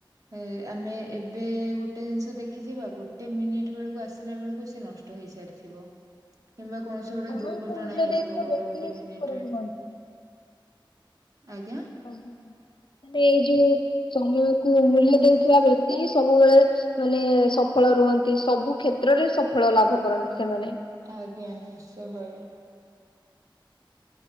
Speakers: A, on the right (about 40°); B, on the left (about 70°).
A: ଏ, ଆମେ ଏବେ ଗୋଟେ ଜିନିଷ ଦେଖିଥିବା, ଗୋଟେ ମିନିଟ୍ ବେଳକୁ ଆସିଲା ବେଳକୁ ସେ ନଷ୍ ଟ ହେଇସାରିଥିବ, କିମ୍ବା କୌଣସି ଗୋଟେ
B: ସମୟକୁ
A: ଦୁର୍ଘଟଣା
B: ମୂଲ୍ୟ
A: ହେଇଯିବ
B: ଦେଇଥିବ
A: ଗୋଟେ
B: ଦେଖିକି
A: ଗୋଟେ
B: ସୁଖରେ
A: ମିନିଟ୍ ରେ।
B: କୁହନ୍ତି
A: ଆଜ୍ଞା।
B: ମାନେ ଏଇ ଯୋଉ ସମୟ କ ମୂଲ୍ୟ ଦଉଥିବା ବ୍ୟକ୍ତି, ସବୁବେଳେ ମାନେ ଏ ସଫଳ ରୁହନ୍ତି, ସବୁ କ୍ଷେତ୍ରରେ ସଫଳ ଲାଭ କରନ୍ତି ସେମାନେ।
A: ଆଜ୍ଞା, ନିଶ୍ଚୟ ଭାବେ।